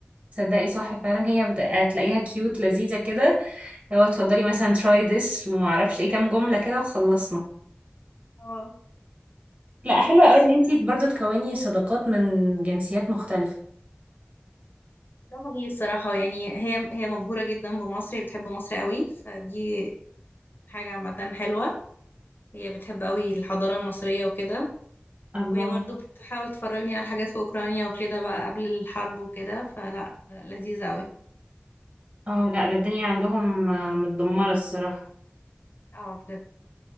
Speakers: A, on the right; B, on the left.
A: تصدقي صح فعلا هي بت- هتلاقيها كيوت لذيذه كده لو اتفضلي مثلا تراي ذس وما اعرفش ايه كام جمله كده وخلصنا
B: اه
A: لا حلوه
B: بس
A: قوي ان
B: ف-
A: انتي برضه تكوني صداقات من جنسيات مختلفه
B: ده هي الصراحة يعني هي هي مبهورة جدا بمصر هي بتحب مصر قوي فدي حاجة عامة حلوة هي بتحب قوي الحضارة المصرية وكده
A: الله
B: وهي برضو بتحاول تفرجني على حاجات في اوكرانيا وكده بقى قبل الحرب وكده فلا لذيذة قوي
A: اه لا ده الدنيا عندهم آه، متدمرة الصراحة
B: اه بجد